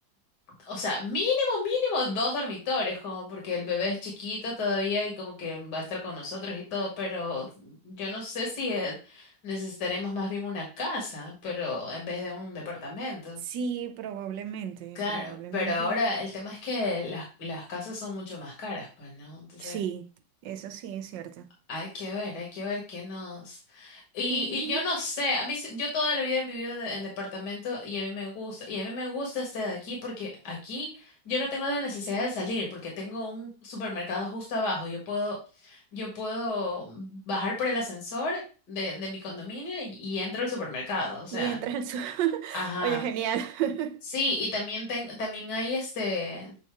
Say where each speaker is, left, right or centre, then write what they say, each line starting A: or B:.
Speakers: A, on the left; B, on the right.
A: o sea, mínimo, mínimo dos dormitorios, como porque el bebé es chiquito todavía y como que va a estar con nosotros y todo, pero yo no sé si eh, necesitaremos más bien una casa, pero en vez de un departamento.
B: Sí, probablemente,
A: Claro,
B: probablemente.
A: pero ahora el tema es que las, las casas son mucho más caras, pues, ¿no? Entonces
B: Sí, eso sí es cierto.
A: Hay que ver, hay que ver qué nos... Y,
B: Ujú.
A: y yo no sé, a mí, sí- yo toda la vida he vivido en, en departamento y a mí me gusta, y a mí me gusta este de aquí porque aquí yo no tengo la necesidad de salir porque tengo un supermercado justo abajo, yo puedo, yo puedo bajar por el ascensor de, de mi condominio y, y entro al supermercado, o sea,
B: Y entras al su- <laughs>
A: ajá.
B: Oye, genial. <laughs>
A: Sí, y también ten- también hay este,